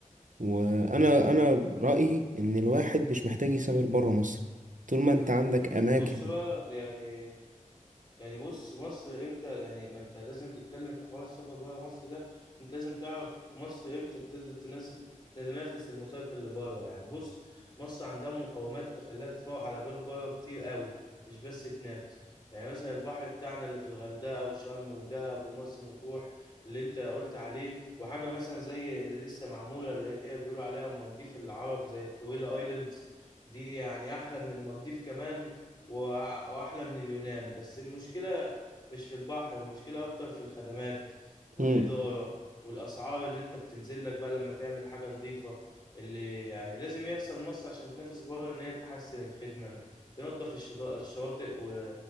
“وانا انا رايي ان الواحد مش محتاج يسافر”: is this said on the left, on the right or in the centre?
Right